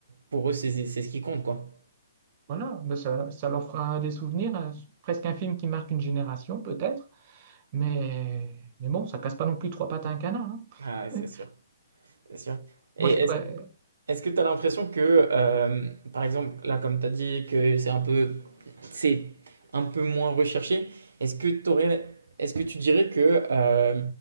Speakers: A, on the right; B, on the right.
A: pour eux c'est c'est- c'est ce qui compte quoi.
B: Voilà, ben ça, ça leur fera des souvenirs, euh, presque un film qui marque une génération peut-être, mais, mais bon, ça casse pas non plus trois pattes à un canard. hein.
A: Ah, ouais,
B: <laughs>
A: c'est sûr, c'est sûr. Et
B: Moi, je
A: est-ce
B: pré-
A: Est-ce que tu as l'impression que, euh, par exemple, là, comme tu as dit, que c'est un peu c'est un peu moins recherché. Est-ce que, t'aurais- est-ce que tu dirais que euh,